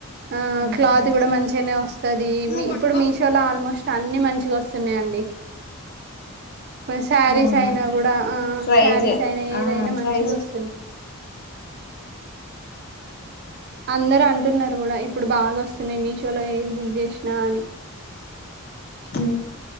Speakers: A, on the right; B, on the left.
A: ఆ
B: అవునండి
A: క్లాత్ కూడా మంచిగనే వస్తది
B: నువ్వు
A: మీ
B: పట్టుకో
A: ఇప్పుడు మీషోలో ఆల్మోస్ట్ అన్ని మంచిగొస్తున్నాయండి శారీస్
B: అవునా
A: అయినా కూడా ఆ
B: ట్రై
A: శారీస్
B: చే
A: అయినా ఏదైనా
B: ఆ
A: మంచిగొస్
B: ట్రై
A: అందరూ అంటున్నారు కూడ ఇప్పుడు బాగొస్తున్నాయి మీషో లో ఏది బుక్ చేసినా అని
B: మ్మ్